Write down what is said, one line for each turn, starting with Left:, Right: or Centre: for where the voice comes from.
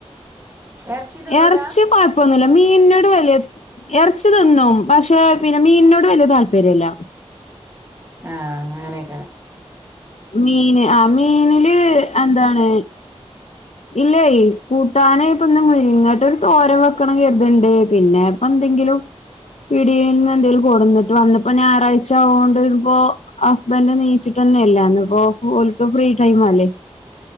Right: എറച്ചി തിന്നൂല
Left: ഇറച്ചി കൊഴപ്പൊന്നൂല്ല മീനോട് വല്യ ഇറച്ചി തിന്നും പക്ഷെ പിന്നെ മീനിനോട് വലിയ താല്പര്യല്ല.
Right: ആ അങ്ങനെയൊക്കെ
Left: മീന് ആ മീനില് എന്താണ് ഇല്ലേ കൂട്ടാന് ഇപ്പൊന്ന് മുരിങ്ങേട്ടൊരു തോരൻ വെക്കണന്ന് കരുത്ണ്ട് പിന്നെ ഇപ്പോ എന്തെങ്കിലും പിടിയീൽന്ന് എന്തേലും കൊണ്ടന്നിട്ട് വേണം ഞായറാഴ്ച ആയോണ്ട് ഇന്നിപ്പോ ഹസ്ബൻഡിനെ നീയിച്ചിട്ടാ തന്നെയല്ലാന്ന് അപ്പോ ഓല്ക്ക് ഫ്രീ ടൈമല്ലേ